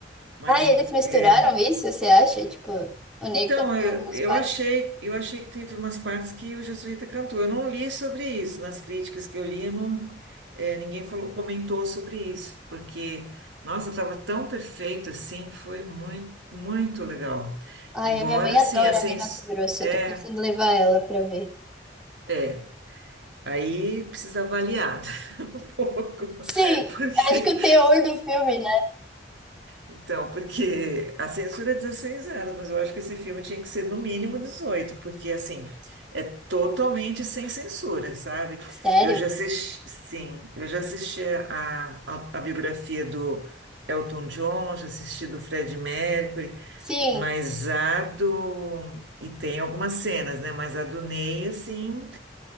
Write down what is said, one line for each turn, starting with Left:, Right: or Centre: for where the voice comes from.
Right: mas
Centre: Ah, eles misturaram
Right: é,
Centre: isso, você acha? Tipo, o Ney
Right: então,
Centre: cantou
Right: eu,
Centre: algumas
Right: eu
Centre: partes.
Right: achei, eu achei que teve umas partes que o Jesuíta cantou. Eu não li sobre isso. Nas críticas que eu li, eu não, eh, ninguém falou- comentou sobre isso, porque, nossa, estava tão perfeito assim, foi muito, muito legal.
Centre: Ai,
Right: Embora,
Centre: a minha mãe adora
Right: sim, a sens...
Centre: Ney Mato Grosso.
Right: é,
Centre: Eu tô pensando em levar ela pra ver.
Right: é, aí precisa avaliar <laughs> um pouco,
Centre: Sim,
Right: porque
Centre: eu acho que o teor do filme, né?
Right: Então, porque a censura é 16 anos, mas eu acho que esse filme tinha que ser no mínimo 18 porque assim, é totalmente sem censura, sabe?
Centre: Sério?
Right: Eu já assisti, sim, eu já assisti a, a, a biografia do Elton John, já assisti do Fred Mercury,
Centre: Sim.
Right: mas a do. E tem algumas cenas, né? Mas a do Ney, assim,